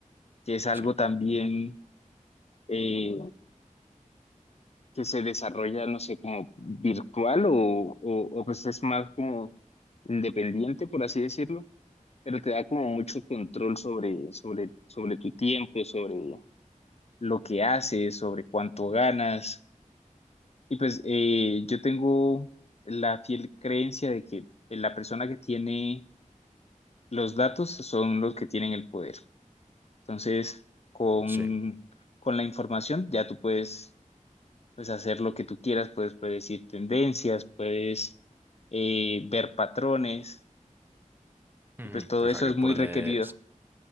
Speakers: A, on the left; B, on the right.
A: que es algo
B: Sí,
A: también eh, que se desarrolla, no sé, como virtual o, o, o, pues es más como independiente, por así decirlo, pero te da como mucho control sobre, sobre, sobre tu tiempo, sobre lo que haces, sobre cuánto ganas. Y pues eh, yo tengo la fiel creencia de que eh, la persona que tiene los datos son los que tienen el poder. Entonces, con,
B: sí.
A: con la información ya tú puedes pues hacer lo que tú quieras, puedes predecir tendencias, puedes eh, ver patrones
B: Ujú.
A: y pues todo
B: O
A: eso
B: sea que
A: es
B: puedes...
A: muy requerido.